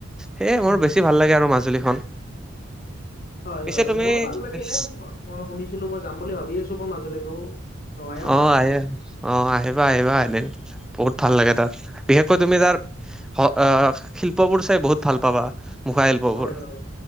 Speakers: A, in the centre; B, on the left.
A: সেয়ে মোৰ
B: উম,
A: বেছি ভাল লাগে আৰু মাজুলীখন।
B: হয়-
A: পিছে
B: হয়
A: তুমি
B: মোৰো ভাল লাগে মই -মই শুনিছিলোঁ মই যাম বুলি ভাবি আছোঁ <unintelligible> মাজুলীতো। যোৱাই
A: অ
B: হোৱা নাই।
A: আহি অ, আহিবা -আহিবা এদিন বহুত ভাল লাগে তাত বিশেষকৈ তুমি তাৰ হ আহ শিল্পবোৰ চাই বহুত ভাল পাবা মুখা শিল্পবোৰ।
B: হয়, হয়,